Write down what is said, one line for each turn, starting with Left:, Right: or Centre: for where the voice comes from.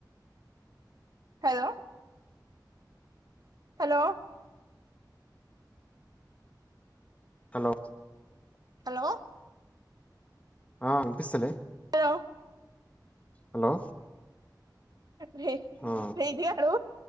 Right: హలో హలో
Left: హలో
Right: హలో
Left: ఆ వినిపిస్తలే
Right: హలో
Left: హలో
Right: రే
Left: ఆ
Right: రేజియా హలో